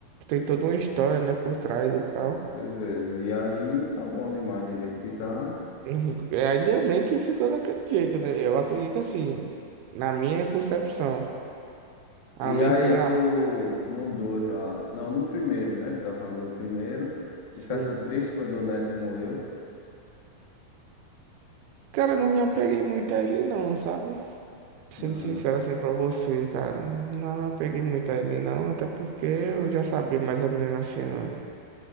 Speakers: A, on the right (about 85°); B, on the left (about 75°).
A: tem toda uma história, né, por trás e tal.
B: com certeza. E aí tá bom demais do jeito que tá.
A: Uhum. É, Ainda bem que ficou daquele jeito, né? Eu acredito assim, na minha concepção. Ali
B: E aí
A: foi a.
B: tu, no 2 lá, não, no primeiro, né? Tá falando do primeiro. Ficasse
A: Sim.
B: triste quando o Neto morreu?
A: Cara, eu não me apeguei muito a ele, não, sabe? Sendo
B: Não,
A: sincero
B: né?
A: assim pra você, cara. Não me apeguei muito a ele, não. Até porque eu já sabia mais ou menos assim, ó,